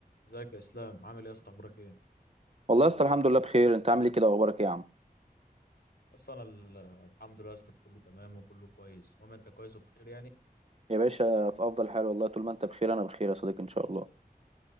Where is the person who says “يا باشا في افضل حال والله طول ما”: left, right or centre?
Right